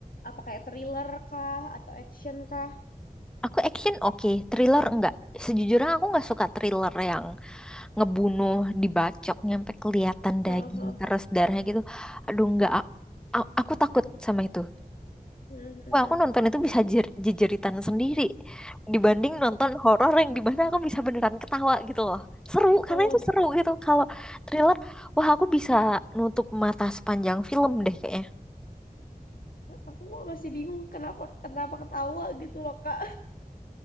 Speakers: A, on the left (about 70°); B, in the centre.
A: apa kayak thriller kah atau action kah?
B: Aku action oke, Thriller enggak. Sejujurnya aku nggak suka thriller yang ngebunuh dibacok nyampe kelihatan
A: Heeh.
B: daging
A: Heeh.
B: terus darahnya gitu aduh nggak a- a- aku takut sama itu
A: Mm-hmm.
B: Wah, aku nonton itu bisa jer- jejeritan sendiri dibanding nonton horor yang di mana aku bisa beneran ketawa gitu loh. Seru, karena
A: Heeh.
B: itu seru gitu. Kalau thriller, wah aku bisa nutup mata sepanjang film deh kayaknya.
A: Aku mah masih bingung kenapa kenapa ketawa gitu loh Kak.